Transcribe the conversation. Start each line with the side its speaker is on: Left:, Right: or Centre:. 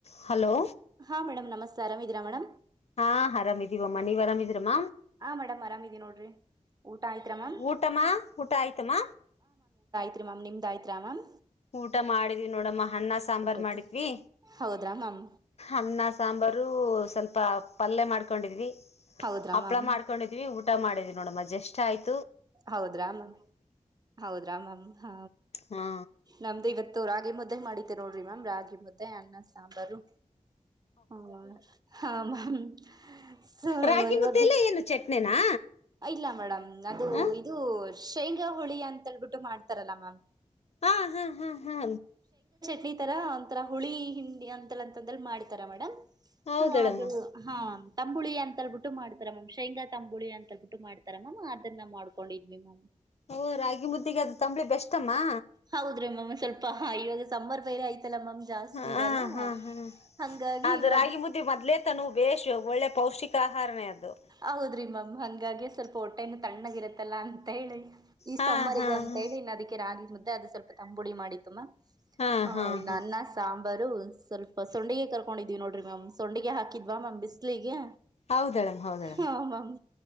Left: Hello
Right: ಹಾ madam ನಮಸ್ಕಾರ್ ಆರಾಮ್ ಇದೀರಾ ಮೇಡಮ್
Left: ಹಾ ಆರಾಮ ಇದೀವಮ್ಮ ನೀವ್ ಆರಾಮಿದ್ರಮ್ಮ
Right: ಹ ಮೇಡಮ್ ಆರಾಮಿದಿ ನೋಡ್ರಿ ಊಟ ಆಯ್ತ್ರಾ
Left: ಹ
Right: ಮ್ಯಾಮ್
Left: ಊಟಮ್ಮ ಊಟ ಆಯ್ತಮ್ಮ
Right: ಆಯ್ತೀರಿ ಮಾಮ್ ನಿಮ್ದ್ ಆಯಿತ್ರಾ ಮಾಮ್
Left: ಊಟ ಮಾಡಿದ್ವಿ ನೋಡಮ್ಮ ಅನ್ನ ಸಾಂಬಾರ್
Right: ಊಟತಿ
Left: ಮಾಡಿದ್ವಿ
Right: ಹೌದ್ರಾ ಮ್ಯಾಮ್
Left: ಅನ್ನ ಸಾಂಬಾರು ಸ್ವಲ್ಪ ಪಲ್ಯ ಮಾಡ್ಕೊಂಡಿದ್ವಿ
Right: ಹೌದ್ರಾ
Left: ಹಪ್ಳ
Right: ಮ್ಯಾಮ್
Left: ಮಾಡ್ಕೊಂಡಿದ್ವಿ ಊಟ ಮಾಡಿದ್ವಿ ನೋಡ ಮಜಷ್ಟ ಆಯತು
Right: ಹೌದ್ರಾಮ ಹೌದ್ರಾಮಾಮ ಹ
Left: ಹಾ
Right: ನಮ್ ಇವತ್ತು ರಾಗಿ ಮುದ್ದೆ ಮಾಡಿದ್ದೇ ನೋಡ್ರಿ ಮ್ಯಾಮ್ ರಾಗಿ ಮುದ್ದೆ ಅನ್ನ ಸಾಂಬಾರು ಹ ಹ ಮಾಮ್ ಸೊ
Left: ರಾಗಿ
Right: ಇವಗು
Left: ಮುದ್ದೆ ಎಲ್ಲ ಏನು ಚಟ್ನಿನಾ
Right: ಇಲ್ಲ ಮೇಡಮ್
Left: ಹ
Right: ಇದು ಶೇಂಗಾಹೊಳಿ ಅಂತೇಳ್ಬಿಟ್ಟು ಮಾಡ್ತಾರಲ್ಲ ಮ್ಯಾಮ್
Left: ಹಾ ಹಾ ಹಾ ಹಾ
Right: ಹಂಡಿತರ ಒಂಂತರ ಹುಳಿ ಹಿಂಡಿ ಅಂತ ಅಂತಂದ ಮಾಡ್ತಾರ ಮೇಡಮ್
Left: ಹೌದಳಮ್ಮ
Right: ಹಾ ಅದು ಹಾ ತಂಬುಳಿ ಅಂತ ಅಳ್ ಬಿಿಟ್ಟು ಮಾಡತಾರ ಮಾಮ್ ಶೇಂಗಾ ತಂಬಳ ಅಂತಳ್ ಬಿಟ್ಟು ಮಾಡತ ಮಾಮ್ ಅದು ಅನ್ನ ಮಾಡ್ಕೊಂಡಿದ್ವಿ ಮಾಮ್
Left: ಹಓ ರಾಗಿ ಮುದ್ದಿಗೆ ಅದು ತಂಬಳಿ ಬೆಸ್ ಮಾ
Right: ಹೌದ್ರೀ ಮಾಮ್ ಸ್ವಲ್ಪ ಇವಾಗ ಸಮ್ಮರ್ ಬೇರೆ ಆಯ್ತು ಮ ಜಾಸ್ತಿ
Left: ಹಾ
Right: ಇಲ್ಲ
Left: ಹಾ ಹಾ
Right: ಹಾಗಿ
Left: ಅದು
Right: ಇವ
Left: ರಾಗಿ ಮುದ್ದೆ ಮೊದ್ಲೇ ತನು ಬೇಶ್ ಒಳ್ಳೆ ಪೌಷ್ಟಿಕ ಆಹಾರನೇ ಅದು
Right: ಹೌದ್ರಿ ಮ್ಯಾಮ್ ಹಾಗಿ ಸ್ವಲ್ಪ ಹೊಟ್ಟೆನ ತಣ್ಣಗ ಇರತ್ತಲ್ಲ ಅ ಅಂತ ಹೇಳಿ ಈ
Left: ಹಾ
Right: ಸಮ್ಮರಿ
Left: ಹಾ
Right: ಗಂತ ಅಂತ
Left: ಹಾ
Right: ಹೇಳಿ ಇನ್ನು ಅದಕ್ಕೆ ರಾಗಿ ಮುದ್ದೆ ಅದು ಸ್ವಲ್ಪ ತಂಬುಡಿ ಮಾಡಿ ತಮು ಮ್ಯಾಮ್
Left: ಹಾ ಹಾ
Right: ಹ
Left: ಹಾ
Right: ನನ್ನ ಸಾಂಬ ಬರ ಸ್ವಲ್ಪ ಸೊಂಡಿಗೆ ಕರ್ಕೊಂಡಿದ್ವಿ ನೋಡ್ರರಿ ಮ್ಯಾಮ್ ಸೊಂಡೆಗೆ ಹಾಕಿದ್ವಾ ಮ್ಯಾಮ್ ಬಿಸ್ಲಿಗೆ
Left: ಹೌದ್ ಹೇಳಮ್ಮ ಹೌದು
Right: ಹಾ ಮ್ಯಾಮ್